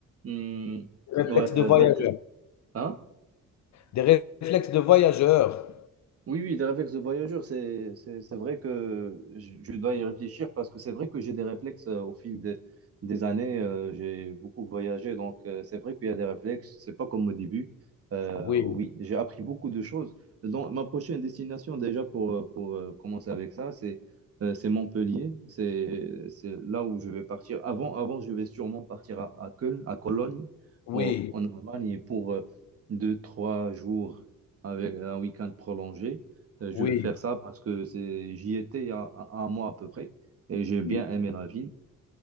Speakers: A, on the right (about 45°); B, on the left (about 60°).
A: Hum,
B: Des
A: ouais,
B: réflexes de voyageur.
A: donc, hein?
B: Des ré- réflexes de voyageur.
A: Oui, oui, des réflexes de voyageur, c'est, c'est, c'est vrai que je, je dois y réfléchir parce que c'est vrai que j'ai des réflexes euh, au fil des, des années. euh, j'ai beaucoup voyagé, donc euh, c'est vrai qu'il y a des réflexes. C'est pas comme au début. Euh,
B: Oui,
A: oui, j'ai appris beaucoup de choses. Donc, ma prochaine destination, déjà pour, euh, pour euh, commencer avec ça, c'est euh, c'est Montpellier. C'est c'est là où je vais partir. Avant, avant, je vais sûrement partir à, à Köln, à Cologne,
B: oui,
A: au- en Allemagne, pour euh, deux, trois jours avec un week-end prolongé. Euh, je
B: oui,
A: vais faire ça parce que c'est, j'y étais il y a un, un mois à peu près et j'ai bien
B: oui,
A: aimé la ville.